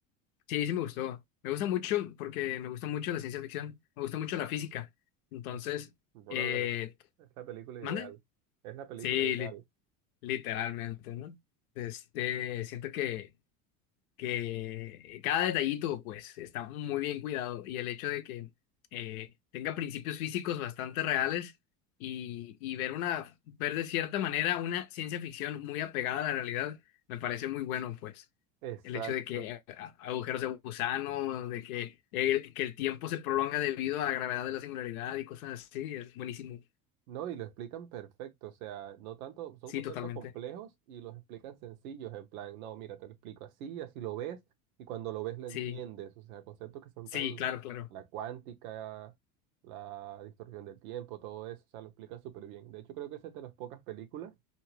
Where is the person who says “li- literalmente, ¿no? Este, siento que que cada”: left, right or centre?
Left